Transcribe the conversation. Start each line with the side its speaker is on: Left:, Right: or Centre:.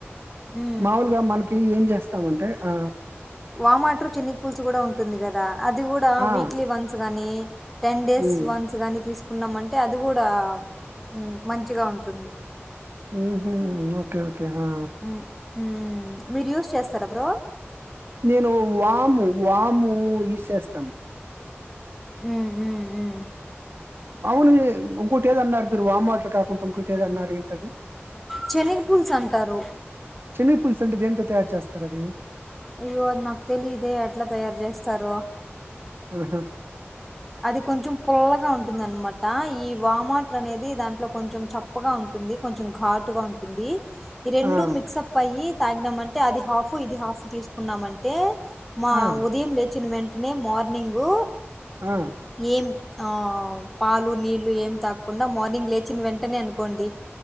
Centre: హ్మ్.
Right: మామూలుగా మనకి ఏం చేస్తామంటే ఆ
Centre: వామ్ వాటర్ చిన్ని పుల్సు కూడా ఉంటుంది కదా అది కూడా
Right: ఆ!
Centre: వీక్లీ వన్స్ గాని టెన్ డేస్
Right: హ్మ్.
Centre: వన్స్ గానీ తీసు కున్నామంటే అది కూడా ఉ మంచిగా ఉంటుంది
Right: హ్మ్ హు ఓకే కే హా
Centre: హ్మ్. హ్మ్ మీరు యుజ్ చేస్తారా బ్రో
Right: నేను వాము వాము ఈసేస్తాం
Centre: హ్మ్ హ్మ్ హ్మ్
Right: అవును ఇంకోటి ఏదన్నారు మీరు వామ్ వాటర్ కాకుండా ఇంకోటి ఏదన్నారు ఏంటది
Centre: చెనిగు పుల్స్ అంటారు
Right: చెనిగి పుల్స్ అంటే దేనితో తయారు చేస్తారు అది
Centre: అయ్యో అది నాకు తెలిదే ఎట్లా తయారు చేస్తారో
Right: ఆహా
Centre: అది కొంచెం పుల్లగా ఉంటుంది అన్నమాట ఈ వామ్ వాటర్ అనేది దాంట్లో కొంచెం చప్పగా ఉంటుంది కొంచం ఘాటుగా ఉంటుంది ఈ రెండు
Right: ఆ!
Centre: మిక్స్ప్ మిక్స్అప్ అయ్యి తాగినమన్ అంటే అది హాఫ్ ఇది హాఫ్ తీసుకున్నామంటే మా
Right: ఆ!
Centre: ఉదయం లేచిన వెన్ నె మార్నింగు
Right: ఆ!
Centre: ఏమ్ ఆ పాలు నీళ్లు ఏం తాక్కుండ మార్నింగ్ లేచిన వెంటనే అనుకోండి